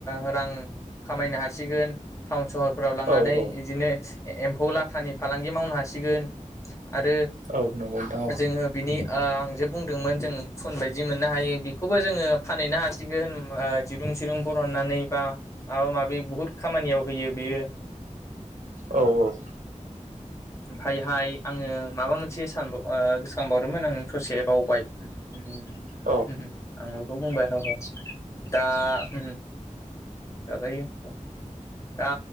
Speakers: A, on the left; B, on the right.
A: । रां खामायनो हासिगोन थावन सोहरफोराव लांनानै
B: औ औ
A: बिदिनो एमौ लाथा। थानि फालांगि मावनो हासिगोन आरो
B: औ नंगौ नोंथां औ
A: जोङो बिनि ओ आं जे बुंदोंमोन जों फुन बायदि मोननो हायो बेखौबो जोङो फानहैनो हासिगोन ओ दिरुं दिरुं बरहननानै बा माबा माबि बुहुत खामानियाव होयो बेयो।
B: औ औ
A: ओमफायहाय आङो माबा मोनसे सानबाव गोसोखांबावदोंमोन आं ससे बावबाय <unintelligible>
B: औ
A: आं बेखौ बुंबाय। औ औ दा उम दाजायो । दा